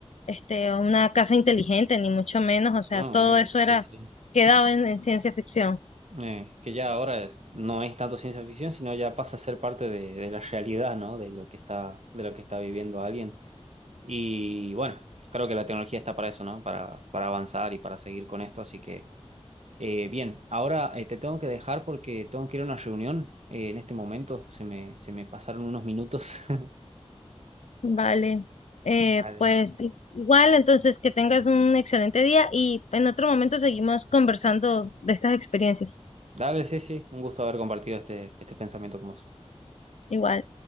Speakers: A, on the left; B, on the right.
A: este, una casa inteligente, ni mucho menos. O sea,
B: no,
A: todo
B: obvio,
A: eso era,
B: sí, sí.
A: quedaba en, en ciencia ficción.
B: Eh, que ya ahora no es tanto ciencia ficción, sino ya pasa a ser parte de, de la realidad, ¿no? De lo que está, de lo que está viviendo alguien. Y bueno, creo que la tecnología está para eso, ¿no? Para, para avanzar y para seguir con esto. Así que, eh, bien, ahora eh, te tengo que dejar porque tengo que ir a una reunión eh, en este momento. Se me, se me pasaron unos minutos. <laughs>
A: Vale. Eh,
B: Dale.
A: pues i- igual, entonces, que tengas un excelente día y en otro momento seguimos conversando de estas experiencias.
B: Dale, sí, sí. Un gusto haber compartido este, este pensamiento con vos.
A: Igual.